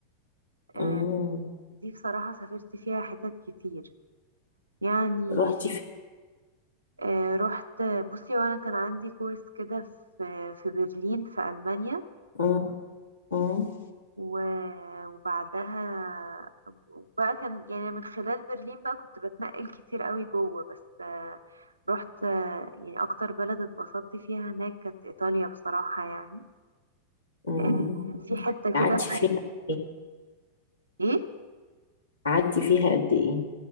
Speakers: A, on the right; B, on the left.
A: آه،
B: امم
A: دي بصراحة سافرت فيها حتت كتير يعني
B: روحتي فين
A: آه، رحت بصي وانا كان عندي كورس كده في في برلين في ألمانيا
B: امم امم
A: و- وبعدها وبقى كان يعني من خلال برلين بقى كنت بتنقل كتير قوي جوه بس آه، رحت آه، يعني اكتر بلد اتبسطت فيها هناك كانت ايطاليا بصراحة يعني
B: أمم.
A: آه، في حتة كده
B: قعدتي
A: في
B: فيها قد إيه؟
A: ايه
B: قعدتي فيها قد ايه